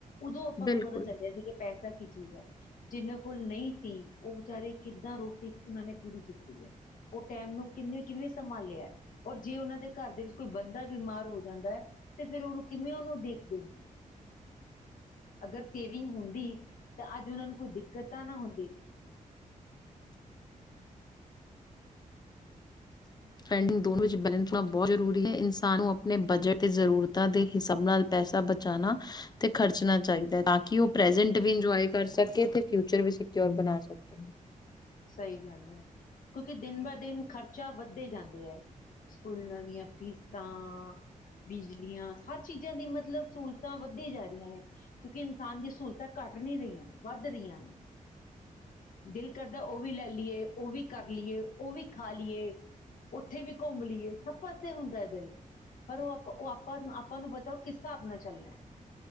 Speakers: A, on the left; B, on the left.
A: ਉਦੋਂ ਆਪਾਂ
B: ਬਿਲਕੁਲ
A: ਨੂੰ ਪਤਾ ਚੱਲਿਆ ਸੀ ਕਿ ਪੈਸਾ ਚੀਜ਼ ਹੈ। ਜਿਹਨਾਂ ਕੋਲ ਨਹੀਂ ਸੀ। ਉਹ ਵਿਚਾਰੇ ਕਿੱਦਾਂ ਰੋਟੀ, ਉਹਨਾਂ ਨੇ ਪੂਰੀ ਕੀਤੀ ਹੈ, ਉਹ ਟਾਇਮ ਨੂੰ ਕਿਵੇਂ ਸੰਭਾਲਿਆ, ਔਰ ਜੇ ਉਹਨਾਂ ਦੇ ਘਰ ਦੇ ਵਿੱਚ ਕੋਈ ਬੰਦਾ ਬਿਮਾਰ ਹੋ ਜਾਂਦਾ ਹੈ। ਤੇ ਫ਼ੇਰ ਉਹਨੂੰ ਕਿਵੇਂ ਉਹਨੂੰ ਦੇਖੋ, ਅਗਰ ਸੇਵਿੰਗ ਹੁੰਦੀ। ਤੇ ਅੱਜ ਉਹਨਾਂ ਨੂੰ ਕੋਈ ਦਿੱਕਤ ਤਾਂ ਨਾ ਹੁੰਦੀ।
B: ਪੈਂਡਿੰਗ ਦੋਨੋ ਵਿਚ ਬੈਲਸ ਹੋਣਾ ਬਹੁਤ ਜਰੂਰੀ ਹੈ, ਇਨਸਾਨ ਨੂੰ ਆਪਣੇ ਬਜਟ ਤੇ ਜਰੂਰਤਾਂ ਦੇ ਹਿਸਾਬ ਨਾਲ ਪੈਸਾ ਬਚਾਣਾ ਤੇ ਖਰਚਣਾ ਚਾਹੀਦਾ ਹੈ। ਕਿ ਉਹ ਪ੍ਰੈਜੈਂਟ ਵੀ ਇਨਜੋਏ ਕਰ ਸਕੇ ਤੇ ਫਿਊਚਰ ਵੀ ਸਕਿਓਰ ਬਣਾ ਸਕੇ।
A: ਸਹੀ ਗੱਲ ਹੈ, ਕਿਉਂਕਿ ਦਿਨ ਬਾ ਦਿਨ ਖਰਚ ਵੱਧਦੇ ਜਾਂਦੇ ਹੈ। ਸਕੂਲਾਂ ਦੀਆਂ ਫੀਸਾਂ, ਬਿਜਲੀਆਂ ਹਰ ਚੀਜ਼ਾਂ ਚਾ ਦੀ ਮਤਲਬ ਸਹੂਲਤਾਂ ਵੱਧਦੀਆ ਜਾ ਰਹੀਆਂ ਨੇ ਕਿਉਂਕਿ ਇਨਸਾਨ ਦੀ ਸਹੂਲਤਾਂ ਘੱਟ ਨਹੀਂ ਰਹੀਆਂ ਵੱਧ ਰਹੀਆਂ ਨੇ ਦਿਲ ਕਰਦਾ। ਉਹ ਵੀ ਲੈ ਲਈਏ, ਉਹ ਵੀ ਕਰ ਲਈਏ, ਉਹ ਵੀ ਖਾ ਲਈਏ। ਉੱਥੇ ਵੀ ਘੁੰਮ ਲਈਏ ਸਭ ਪਾਸੇ ਹੁੰਦਾ ਦਿਲ ਪਰ ਉਹ ਆਪ ਉਹ ਆਪਾਂ-ਆਪਾਂ ਨੂੰ ਪਤਾ ਉਹ ਕਿਸ ਹਿਸਾਬ ਨਾਲ ਚੱਲਣਾ ਹੈ,